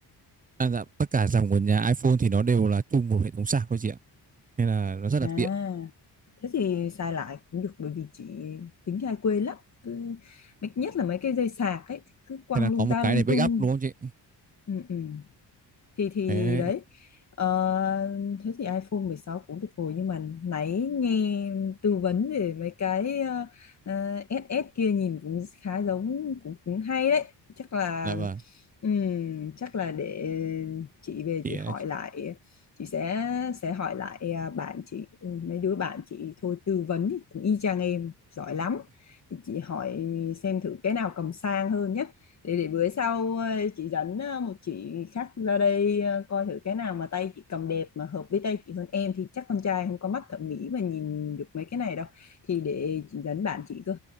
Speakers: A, on the right; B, on the left.
A: à, dạ, tất cả dòng của nhà iPhone thì nó đều là chung một hệ thống sạc thôi chị ạ nên là nó rất
B: à
A: là tiện
B: thế thì xài lại cũng được bởi vì chị tính hay quên lắm cứ nhất là mấy cái dây sạc ấy thì cứ quăng
A: Thế là có
B: lung
A: một
B: ta
A: cái
B: lung
A: để backup
B: tung
A: đúng không chị?
B: ừ ừ thì thì
A: Thế
B: đấy Ờ, thế thì iPhone 16 cũng được rồi nhưng mà nãy nghe tư vấn về mấy cái ờ, ờ, SS kia nhìn cũng khá giống cũng, cũng hay đấy chắc là
A: là vâng.
B: ừm, chắc là để chị về
A: Chị
B: chị hỏi lại chị sẽ sẽ hỏi lại à, bạn chị Ui, mấy đứa bạn chị thôi tư vấn cũng y chang em giỏi lắm thì chị hỏi xem thử cái nào cầm sang hơn nhá để để bữa sau ờ, chị dẫn ờ, một chị khác ra đây ờ, coi thử cái nào mà tay chị cầm đẹp mà hợp với tay chị hơn em thì chắc con trai không có mắt thẩm mỹ mà nhìn được mấy cái này đâu thì để chị dẫn bạn chị cơ